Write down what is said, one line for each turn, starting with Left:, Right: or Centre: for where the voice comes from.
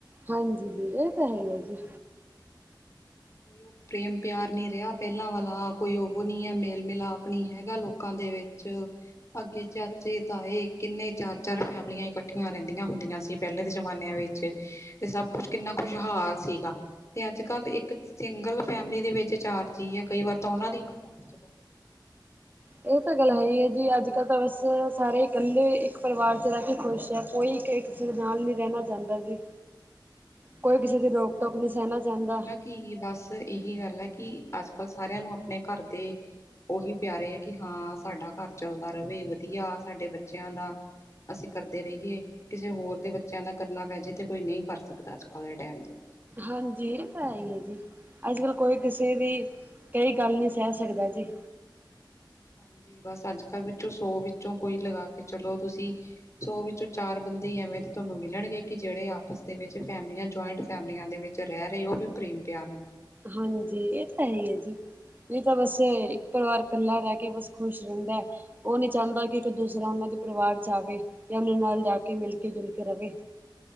Right: ਹਾਂਜੀ, ਜੀ ਇਹ ਤਾਂ ਹੈ ਈ ਏ ਜੀ
Left: <unintelligible> ਪ੍ਰੇਮ ਪਿਆਰ ਨੀ ਰਿਹਾ ਪਹਿਲਾਂ ਵਾਲਾ ਕੋਈ ਉਹ ਨਹੀ ਹੈ, ਮੇਲ ਮਿਲਾਪ ਨਹੀਂ ਹੈਗਾ ਲੋਕਾਂ ਦੇ ਵਿੱਚ ਅੱਗੇ ਚਾਚੇ, ਤਾਏ ਕਿੰਨੇ ਚਾਰ-ਚਾਰ ਫੈਮਲੀਆਂ ਇਕੱਠੀਆਂ ਰਹਿੰਦੀਆਂ ਹੁੰਦੀਆਂ ਸੀ ਪਹਿਲੇ ਦੇ ਜਮਾਨਿਆਂ ਵਿੱਚ ਤੇ ਸਭ ਕੁਛ ਕਿੰਨਾ ਖੁਸ਼ਹਾਲ ਸੀਗਾ, ਤੇ ਅੱਜ ਕੱਲ ਇੱਕ ਸਿੰਗਲ ਫੈਮਿਲੀ ਦੇ ਵਿੱਚ ਚਾਰ ਜੀ ਏ ਕਈ ਵਾਰ ਤਾਂ ਉਹਨਾਂ ਦੀ ਹੀ ਆਪਸ ਚ
Right: ਇਹ ਤਾਂ ਗੱਲ ਹੈ ਈ ਏ ਜੀ। ਅੱਜ ਕੱਲ੍ਹ ਤਾਂ ਬਸ ਸਾਰੇ ਇਕੱਲੇ ਇੱਕ ਪਰਿਵਾਰ ਚ ਰਹਿ ਕੇ ਖੁਸ਼ ਹੈ ਕੋਈ ਕਿਸੇ ਦੇ ਨਾਲ ਨੀ ਰਹਿਣਾ ਚਾਹਦਾ ਜੀ
Left: <inaudible>
Right: ਕੋਈ ਕਿਸੇ ਦੀ ਰੋਕ-ਟੋਕ ਨਹੀਂ ਸਹਨਾ ਚਾਹੰਦਾ
Left: ਕੀ ਬਸ ਇਹੀ ਗੱਲ ਹੈ, ਕਿ ਅੱਜ ਕੱਲ੍ਹ ਸਾਰਿਆਂ ਨੂੰ ਆਪਣੇ ਘਰ ਦੇ ਉਹੀ ਪਿਆਰੇ ਹੈ ਕਿ, ਹਾਂ ਸਾਡਾ ਘਰ ਚੱਲਦਾ ਰਵੇ ਵਧੀਆ ਸਾਡੇ ਬੱਚਿਆਂ ਦਾ ਅਸੀ ਕਰਦੇ ਰੲਏ ਕਿਸੇ ਹੋਰ ਦੇ ਬੱਚਿਆਂ ਦਾ ਕਰਨਾ ਪੈ ਜੇ ਤੇ ਕੋਈ ਨਹੀ ਕਰ ਸਕਦਾ ਅੱਜ ਕੱਲ੍ਹ ਦੇ ਟਾਈਮ ਤੇ
Right: ਹਾਜੀ ਇਹ ਤੇ ਹੈ ਈ ਏ ਜੀ ਅੱਜ ਕੱਲ ਕੋਈ ਕਿਸੇ ਦੀ ਕਹੀ ਗੱਲ ਨਈ ਸਹਿ ਸਕਦਾ ਜੀ
Left: ਹਨਜੀ ਬਸ ਅੱਜ ਕੱਲ੍ਹ ਵਿੱਚੋਂ ਸੌ ਵਿੱਚੋਂ ਕੋਈ ਲਗਾ ਕੇ ਚਲੋ ਤੁਸੀਂ ਸੋ ਵਿੱਚੋਂ ਚਾਰ ਬੰਦੇ ਈ ਐਵੇਂ ਤੁਹਾਨੂੰ ਮਿਲਣਗੇ ਕਿ ਜਿਹੜੇ ਆਪਸ ਦੇ ਵਿੱਚ ਫੈਮਲੀਆ ਜੁਆਇੰਟ ਫੈਮਲੀਆਂ ਦੇ ਵਿੱਚ <unintelligible> ਉਹ ਵੀ ਪ੍ਰੇਮ ਪਿਆਰ ਨਾਲ।
Right: ਹਾਂਜੀ ਇਹ ਤਾਂ ਹੈ ਹੀ ਹੈ ਜੀ। ਨਈ ਤਾਂ ਬਸ ਇੱਕ ਪਰਿਵਾਰ ਇਕੱਲਾ ਰਹਿ ਕੇ ਬਸ ਖੁਸ਼ ਰਹਿੰਦਾ। ਉਹ ਨਹੀਂ ਚਾਂਦਾ ਕਿ ਇੱਕ ਦੂਸਰਾ ਉਹਨਾਂ ਦੇ ਪਰਿਵਾਰ ਚ ਆਵੇ ਜਾਂ ਉਹਨਾਂ ਨਾਲ ਜਾ ਕੇ ਮਿਲ ਕੇ ਜੁਲ ਕੇ ਰਹੇ।